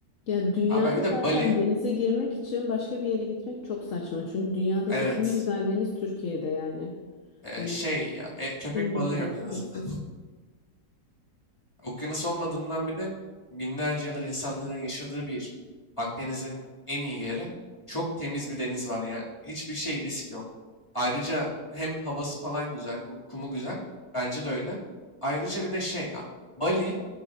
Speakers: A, on the left; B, on the left.
A: Ya dünyada
B: Abi bir de
A: zaten
B: Bali.
A: denize girmek için başka bir yere gitmek çok saçma. Çünkü dünyadaki
B: Evet.
A: en güzel deniz Türkiye'de yani.
B: Ee,
A: Hani
B: şey ya e, köpek
A: kim
B: balığı
A: ne derse
B: yok en azından.
A: desin.
B: <laughs> Okyanus olmadığından bir de binlerce yıldır insanların yaşadığı bir Akdeniz'in en iyi yeri. Çok temiz bir deniz var yani. Hiçbir şey risk yok. Ayrıca hem havası falan güzel, kum- kumu güzel. Bence de öyle. Ayrıca bir de şey ya, Bali.